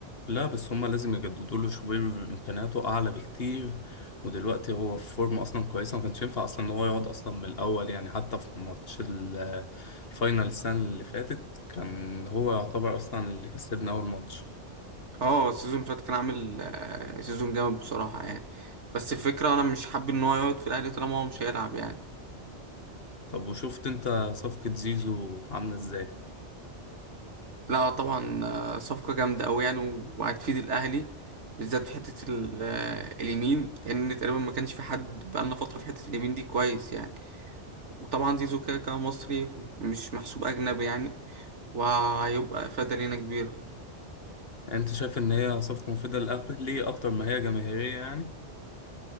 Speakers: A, on the left; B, on the right.
A: لا بس هما لازم يجددوا له شوبير امكانياته اعلى بكتير ودلوقتي هو في فورم اصلا كويسه ما كانش ينفع اصلا ان هو يقعد اصلا من الاول يعني حتى في ماتش ال- الفاينل السنه اللي فاتت كان هو يعتبر اصلا اللي كسبنا اول ماتش
B: اه السيزون اللي فات كان عامل آه، سيزون جامد بصراحة يعني بس الفكرة انا مش حابب ان هو يقعد في الاهلي طالما هو مش هيلعب يعني
A: طب وشفت انت صفقه زيزو عامله ازاي
B: لا طبعا آه، صفقة جامدة اوي يعني و- وهتفيد الاهلي بالذات في حتة ال- آه، اليمين لان تقريبا ما كانش في حد بقالنا فترة في حتة اليمين دي كويس يعني وطبعا زيزو كده كده مصري مش محسوب اجنبي يعني وهيبقى افادة لينا كبيرة
A: يعني انت شايف ان هي صفقه مفيده للاهلي اكتر ما هي جماهيريه يعني